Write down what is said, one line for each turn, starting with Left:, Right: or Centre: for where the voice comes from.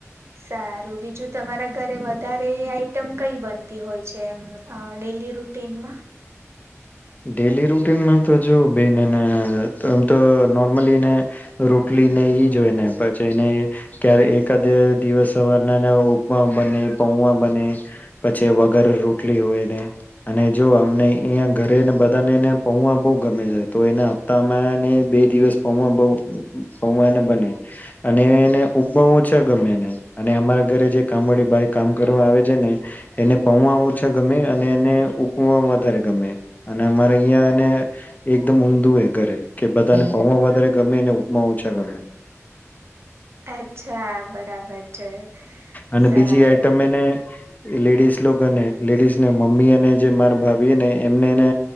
Right: સારું બીજું તમારા ઘરે વધારે આઈટમ કઈ બનતી હોય છે. એમ ડેલી રૂટીનમાં
Left: ડેલી રૂટીનમાં તો જો બેન આમ તો નોર્મલીને રોટલી ને ઈ જો હોય ને પછીને, ક્યારે એકાદ દિવસ સવારના ઉપમા બને પઉમાં બને પછી વગર રોટલી હોયને અને જો અમ અં ઘરેને બધાને એને પૌવા બહુ ગમે છે તો એને આપતામાંને બે દિવસ પૌવા બહ પૌવાને બને અને એને ઉપમા ઓછા ગમે ને અને અમારા ઘરે જે કામવાળી ભાઈ કામ કરવા આવે છે, ને એને પૌવા ઓછા ગમે અને એને ઉપ વધારે ગમે અને અમારે અહિયાંને એકદમ ઊંધું એ ઘરે કે બધાને ભાવમાં વધારે ગમેને ઉપમા ઓછા ગમે.
Right: અચ્છા બરાબર છે.
Left: અને
Right: સારું
Left: બીજી આઈટમ એને લેડીસ લોકો ને લેડીઝ ને મમ્મી અને જે મારા ભાભી ને એમને એને